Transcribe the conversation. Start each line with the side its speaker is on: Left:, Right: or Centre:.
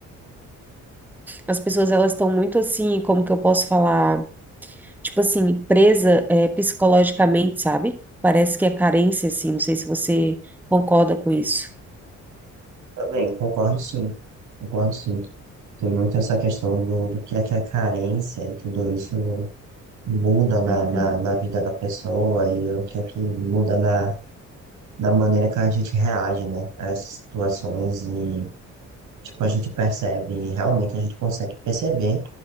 Centre: as pessoas, elas estão muito assim, como que eu posso falar? tipo assim, presa é, psicologicamente, sabe? Parece que é carência, assim, não sei se você concorda com isso.
Right: Também, concordo sim. Concordo sim. Tem muito essa questão do, do que é que é carência e tudo isso muda na,
Centre: Uhum,
Right: na, na vida da pessoa e o que é que muda na, na maneira que a gente reage, né, a essas situações e, tipo, a gente percebe, realmente a gente consegue perceber